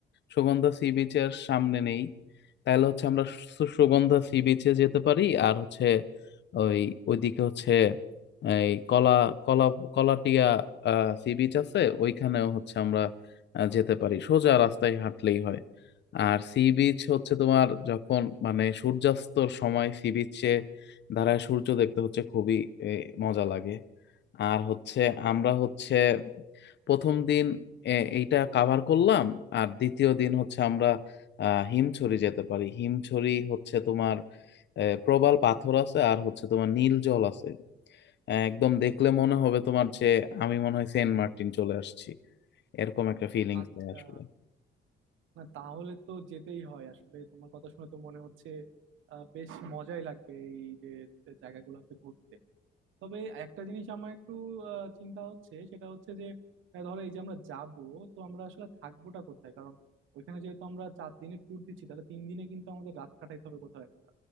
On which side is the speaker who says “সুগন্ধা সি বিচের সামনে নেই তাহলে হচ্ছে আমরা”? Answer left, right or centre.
Left